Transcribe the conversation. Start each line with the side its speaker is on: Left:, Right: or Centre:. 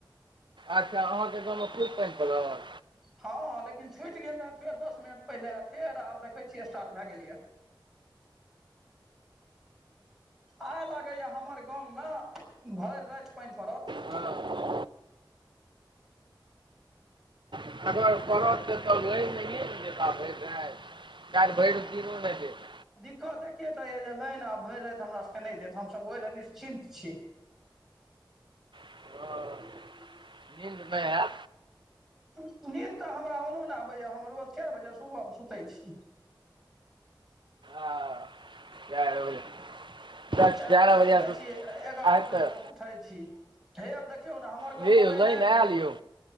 Right: अच्छा अहाँके गाँवमे खूब पानि पड़ल।
Centre: हँ लेकिन छुटि गेल रहै, फेर दस मिनट पहिले फेर आर देखैय छियै स्टार्ट भए गेल यै। <inaudible> आइ लागैए हमर गाममे भरि राति पानि पड़त।
Right: हँ, अगर पड़त त तबऽ लरि नहिए ने जेता भरि राति, काल्हि भरि दिनो नहि देत।
Centre: कहतैय कि एतह ये जे लाइन आब भरि राइत हमरा सबके नहि देत, हमसब ओहि लए निश्चिन्त छी।
Right: हँ,
Centre: <inaudible>
Right: नींद मे आ
Centre: दोस्त त नीन्द तऽ हमरा ओनो नहि आबैए, हम रोज चारि बजे सुबहमे सुतैय छी।
Right: आ चारि बजे। तऽ
Centre: चारि बजे सुते
Right: बजेसँ
Centre: छी, एगारह
Right: आइ
Centre: बजे
Right: तऽ
Centre: तक उठैय छी, हे अब देख त्यों न हमर गम
Right: हे
Centre: में
Right: यौ
Centre: लाइन आबि
Right: आयल
Centre: गेल,
Right: यौ